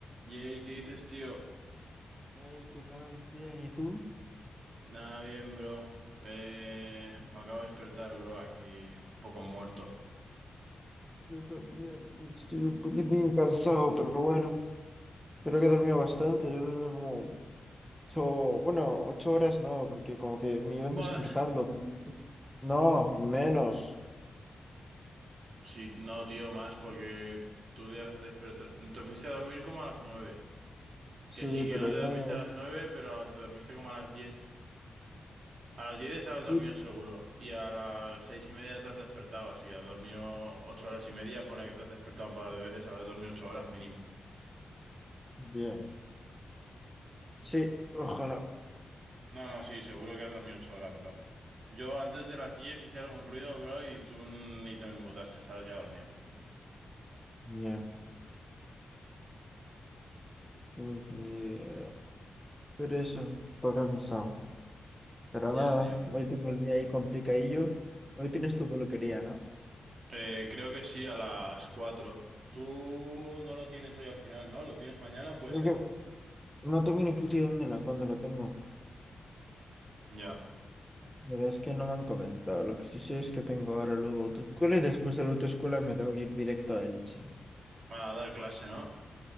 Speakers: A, on the right; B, in the centre.
A: Jay, ¿qué dices, tío?
B: Hey, ¿qué tal? Bien, ¿y tú?
A: Nada bien, bro. Eh, me acabo de despertar, bro, aquí un poco muerto.
B: Yo también, tío, estoy un poquitín cansado, pero bueno, creo que he dormido bastante. Yo he dormido como ocho, bueno, ocho horas no, porque como que me iban
A: ¿Más?
B: despertando. No, menos.
A: Sí, no, tío, más, porque tú te has despertado. Te fuiste a dormir como a las nueve.
B: Sí,
A: Que sí, que
B: pero
A: no
B: ahí
A: te dormiste
B: no me.
A: a las nueve, pero te dormiste como a las diez. A las diez estabas dormido
B: sí,
A: seguro. Y a las seis y media te has despertado, así que has dormido ocho horas y media. Ponle que te has despertado un par de veces, habrás dormido ocho horas mínimo.
B: Bien. Sí, ojalá.
A: No, no, sí, seguro que has dormido ocho horas, bro. Yo antes de las 10 hice algún ruido, bro, y tú ni te inmutaste, estabas ya dormido.
B: Ya, pues ni idea. Pero eso, estoy cansado. Pero
A: Ya,
B: nada,
A: tío.
B: hoy tengo el día ahí complicadillo. Hoy tienes tu peluquería, ¿no?
A: Eh, creo que sí, a las 4. Tú no lo tienes hoy al final, ¿no? ¿Lo tienes mañana, puede
B: Creo
A: ser?
B: que no tengo ni puta idea dónde la, cuándo la tengo.
A: Ya.
B: La verdad es que no me han comentado. Lo que sí sé es que tengo ahora luego autoescuela y después de la autoescuela me tengo que ir directo a Elche.
A: A dar clase, ¿no?